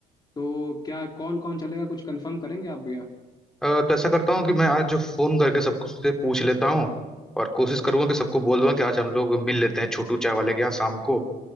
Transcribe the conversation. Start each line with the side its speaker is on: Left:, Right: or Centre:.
Left: तो क्या कौन कौन चलेगा कुछ कंफर्म करेंगे आप भैया
Centre: अ, तो ऐसा करता हूँ कि मैं आज जो फोन करके सबसे पूछ लेता हूँ और कोशिश करूंगा कि सबको बोल दूंगा कि आज हम लोग मिल लेते हैं छोटू चाय वाले के यहाँ शाम को